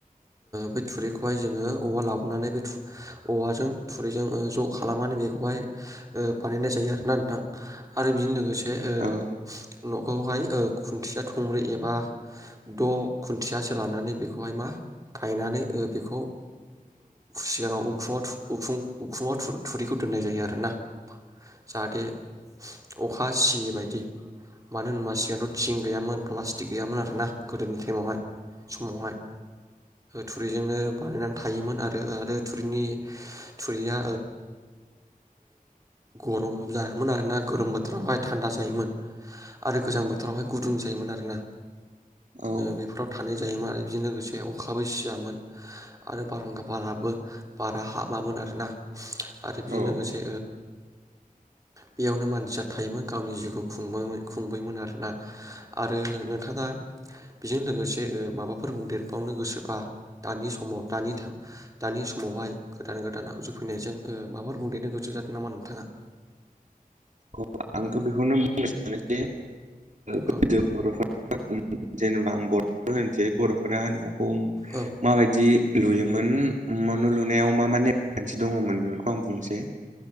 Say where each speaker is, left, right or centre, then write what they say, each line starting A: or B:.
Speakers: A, on the right; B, on the right.
A: बे थुरिखौहाय जोङो औवा लाबोनानै बे औवाजों थुरिजों ज' खालामनानै बेखौहाय बानायनाय जायो आरोना नोंथां आरो बेजों लोगोसे बे
B: औ
A: न'खौहाय खुन्थिया थंब्रै एबा द' खुन्थियासो लानानै बेखौहाय मा गायनानै बेखौ सिगाङाव उखुम उखुमाव थुरिखौ दोननाय जायो आरोना। जाहाथे अखा सियै बायदि मानो होनबा सिगांथ' थिं गैयामोन प्लास्टिक गैयामोन आरोना गोदोनि टाइमावहाय समावहाय थुरिजोंनो बानायनानै थायोमोन आरो आरो थुरिनि थुरिया गरम जायामोन आरोना गरम बोथोरावहाय थान्दा जायोमोन। आरो गोजां
B: औ
A: बोथोरावहाय गुदुं जायो। जायोमोन आरोना।
B: औ
A: बेफोराव थानाय जायोमोन आरो बिजों लोगोसे बे अखाबो सियामोन आरो बारहुंखा बारबाबो बारा हाबामोन आरोना। आरो बेजों
B: औ
A: लोगोसे बेयावनो मानसिया थायोमोन गावनि जिउखौ खुंबोयोमोन आरोना आरो नोंथाङा बेजों लोगोसे माबाफोर बुंदेर बावनो गोसोबा दानि समाव दानि दानि समावहाय गोदान गोदान आगजुफैनायजों माबाफोर बुंदेरनो गोसो जादों नामा नोंथाङा
B: अ आंथ' बेखौनो बुंनो सानोदि गोदो
A: औ
B: बर'फोरा जेनेबा बर' <inaudible> बर' बर'फोरा न'खौ
A: औ
B: माबायदि लुयोमोन न लुनायाव मा मा नेमखान्थि दङमोन बेफोरखौ आं बुंसै।